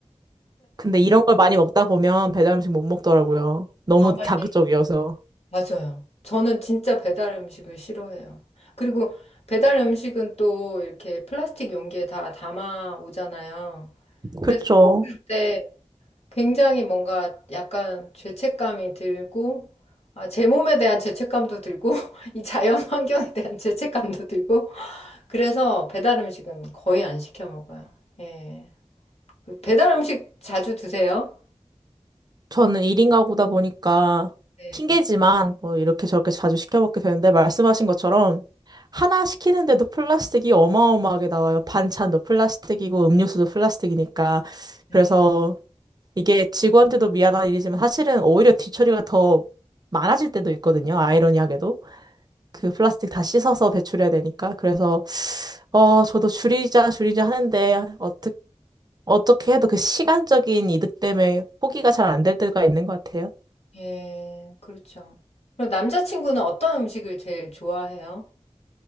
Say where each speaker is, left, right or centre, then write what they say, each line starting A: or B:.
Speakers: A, on the right; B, on the left.
A: 근데 이런 걸 많이 먹다 보면 배달 음식 못 먹더라고요. 너무
B: 아,
A: 자극적이어서.
B: 예. 맞아요. 저는 진짜 배달 음식을 싫어해요. 그리고 배달 음식은 또 이렇게 플라스틱 용기에 다 담아 오잖아요.
A: 그쵸.
B: 그래서 먹을 때 굉장히 뭔가 약간 죄책감이 들고, 아, 제 몸에 대한 죄책감도 들고, <laughs> 이 자연 환경에 대한 죄책감도 들고, 그래서 배달 음식은 거의 안 시켜 먹어요. 예. 그 배달 음식 자주 드세요?
A: 저는 1인 가구다 보니까
B: 네.
A: 핑계지만 뭐 이렇게 저렇게 자주 시켜 먹게 되는데 말씀하신 것처럼 하나 시키는데도 플라스틱이 어마어마하게 나와요. 반찬도 플라스틱이고 음료수도 플라스틱이니까.
B: 네.
A: 그래서 이게 직원들도 미안한 일이지만 사실은 오히려 뒤처리가 더 많아질 때도 있거든요. 아이러니하게도. 그 플라스틱 다 씻어서 배출해야 되니까. 그래서 어, 저도 줄이자, 줄이자 하는데, 어떻게, 어떻게 해도 그 시간적인 이득 때문에 포기가 잘 안 될 때가 있는 것 같아요.
B: 예, 그렇죠. 그럼 남자친구는 어떤 음식을 제일 좋아해요?